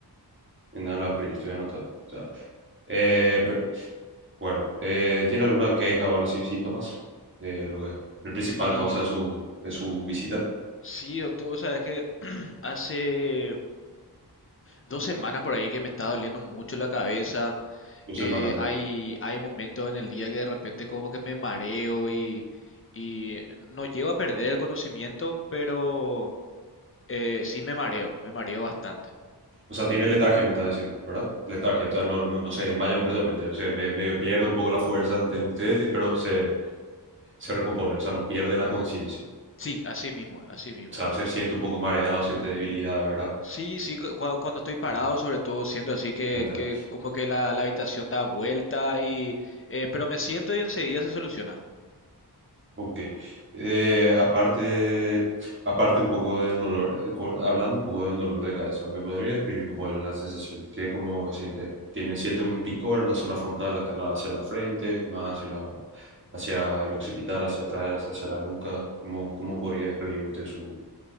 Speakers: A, on the right (about 30°); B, on the left (about 30°).
A: enalapril, estoy anotando. o sea, eh, per- bueno, eh, ¿tiene alguna queja o algo así, síntomas? Eh, lo que, la principal
B: Y
A: causa de su, de su visita,
B: sí, doctor, o sea, es que hace dos semanas por ahí que me está doliendo mucho la cabeza.
A: dos
B: Eh,
A: semanas. eh.
B: hay, hay momentos en el día que de repente como que me mareo y, y no llego a perder el conocimiento, pero eh, sí me mareo, me mareo bastante.
A: O sea, tiene letargia, me estás diciendo, ¿verdad? Letargia, o sea, no, no, no se desmaya completamente, o sea, me, medio pierde un poco la fuerza ante ustedes, pero se, se recompone, o sea, no pierde la conciencia.
B: Sí, así mismo, así mismo.
A: O sea, se siente un poco mareado, siente debilidad, ¿verdad?
B: Sí, sí, cu- cua- cuando estoy parado,
A: Eh,
B: sobre todo, siento así que,
A: ahí está.
B: que como que la, la habitación da vuelta y... eh, pero me siento y enseguida se soluciona.
A: Ok. Eh, aparte, aparte un poco del dolor, el co- hablando un poco del dolor de cabeza, ¿me podría describir como la sensación que como siente? ¿Tiene, siente un picor en la zona frontal, acá en la- hacia la frente, más hacia la, hacia el occipital, hacia atrás, hacia la nuca? ¿Cómo, cómo podría describir usted su,